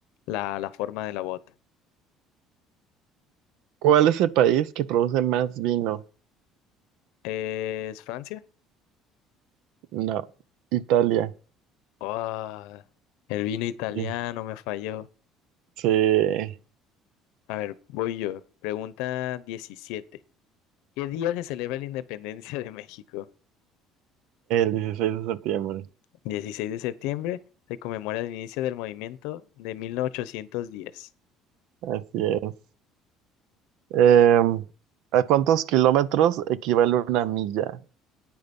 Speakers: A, on the left (about 85°); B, on the right (about 70°).
A: la, la forma de la bota.
B: ¿Cuál es el país que produce más vino?
A: ¿Es Francia?
B: No, Italia.
A: Ah, el vino italiano
B: Sí,
A: me falló.
B: sí, el
A: A ver, voy yo. Pregunta 17. ¿Qué día se celebra la independencia de México?
B: 16 de septiembre.
A: 16 de septiembre se conmemora el inicio del movimiento de mil ochocientos diez
B: Así es. Em, ¿a cuántos kilómetros equivale una milla?